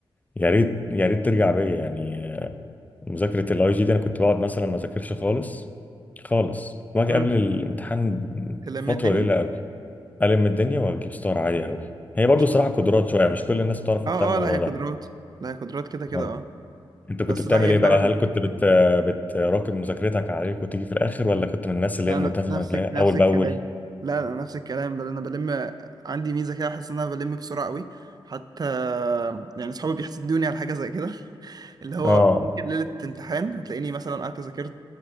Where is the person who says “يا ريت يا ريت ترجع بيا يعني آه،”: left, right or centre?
Left